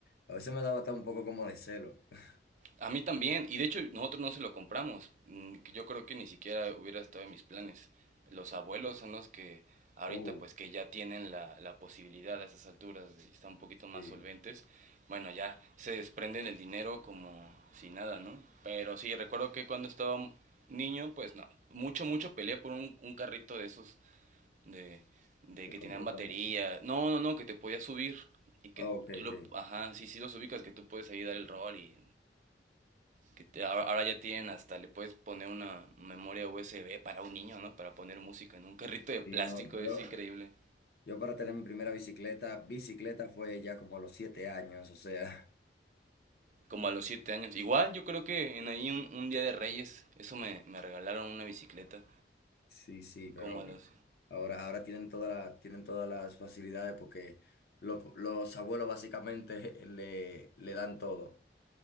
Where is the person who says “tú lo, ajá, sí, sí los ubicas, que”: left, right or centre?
Right